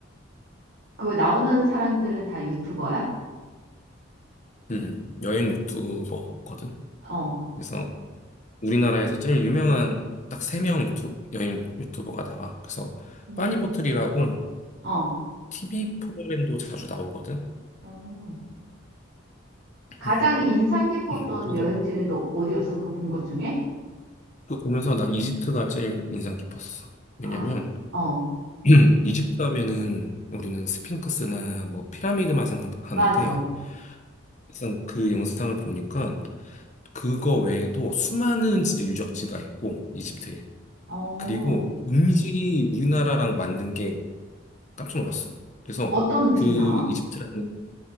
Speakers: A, on the right; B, on the left.
A: 그 나오는 사람들은 다 유튜버야?
B: 음, 음. 여행 유튜버거든.
A: 어,
B: 그래서 우리나라에서 제일 유명한 딱 세 명 유튜, 여행 유튜버가 나와. 그래서
A: 음,
B: 빠니보틀이라고
A: 어.
B: TV 프로그램도 자주 나오거든.
A: 어. 가장
B: 음,
A: 인상 깊었던
B: 음. 그래서
A: 여행지는 너 어디였어? 그거 본 것 중에?
B: 그 보면서 난 이집트가 제일 인상 깊었어. 왜냐면
A: 아, 이- 어,
B: <clears throat> 이집트 하면은 우리는 스핑크스나 뭐 피라미드만 생각하는데
A: 맞아.
B: 막상 그 영상을 보니까 그거 외에도 수많은 진짜 유적지가 있고 이집트에
A: 어,
B: 그리고 음식이 우리나라랑 만든 게 깜짝 놀랐어. 그래서
A: 어떤 음식
B: 그
A: 나와?
B: 이집트라는